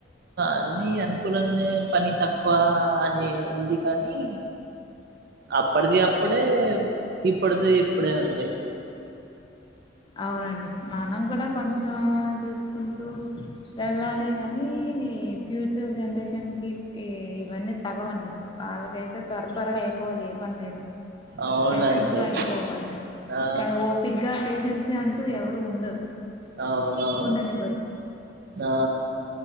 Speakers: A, on the right; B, on the left.
A: అన్ని అనుకూలనే పని తక్కువా అని ఉంది కానీ అప్పుడ్ది అప్పుడే ఇప్పుడ్ది ఇప్పుడే ఉంది
B: అవునండి మనం కూడా కొంచెం చూసుకుంటూ వెళ్ళాలి గానీ ఫ్యూచర్ జనరేషన్ క ఇవన్నీ తగవండి వాళ్ళకైతే త్వర త్వరగా అయిపోవాలి ఏ పనిలైనా
A: అవునండి
B: సెకండ్స్ లో అయిపోవాలి
A: ఆ
B: కానీ ఓపిక్ గా పేషెన్స్ అంటూ ఎవరూ ఉండరు
A: అవునవును
B: ఉండనివ్వరు
A: ఆ